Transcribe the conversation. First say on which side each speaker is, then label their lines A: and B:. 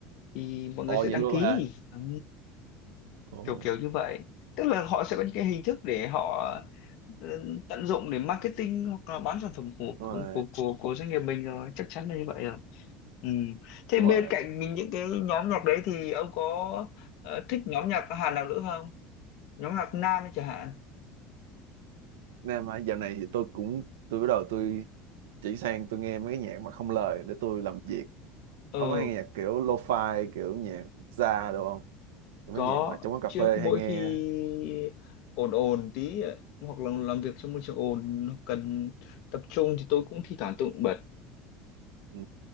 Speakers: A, on the left; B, on the right.
A: thì mọi người
B: ồ
A: sẽ
B: vậy
A: đăng
B: luôn
A: ký
B: hả
A: ừ,
B: Ôi,
A: kiểu kiểu như vậy tức là họ sẽ có những cái hình thức để họ ờ, tận dụng để marketing hoặc là bán sản phẩm của
B: đúng rồi
A: của của, của doanh nghiệp mình rồi chắc chắn là như vậy rồi ừ. thế
B: đúng
A: bên
B: rồi
A: cạnh những những cái nhóm nhạc đấy thì ông có ờ, thích nhóm nhạc Hàn nào nữa không nhóm nhạc nam chẳng hạn
B: nên mà dạo này thì tôi cũng tôi bắt đầu tôi chỉ sang tôi nghe mấy cái nhạc mà không lời để tôi làm việc
A: ừ
B: ông có hay nghe nhạc kiểu lo-fi kiểu nhạc jazz được không
A: có
B: mấy nhạc mà trong quán cà
A: trước
B: phê
A: mỗi
B: hay nghe
A: khi ồn ồn tí hoặc là làm việc trong môi trường ồn cần tập trung thì tôi cũng thi thoảng tự bật
B: ừ.